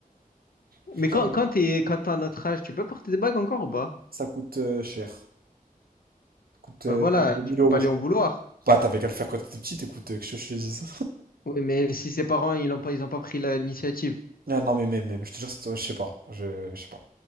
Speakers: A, on the right (about 80°); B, on the left (about 75°).
A: Putain,
B: Mais quand,
A: mais
B: quand t'es, quand t'as notre âge, tu peux porter des bagues encore ou pas?
A: Ça coûte euh, cher. Ça coûte euh,
B: Ben voilà,
A: deux mille
B: tu peux
A: euros,
B: pas
A: je
B: lui
A: crois.
B: en vouloir.
A: Bah, t'avais qu'à le faire quand t'étais petit, écoute, euh, que je je te dise.
B: Oui, mais si ses parents, ils n'ont pas, ils ont pas pris la- l'initiative.
A: Ah non, mais même, même, je te jure, c'est- je sais pas, je, je sais pas.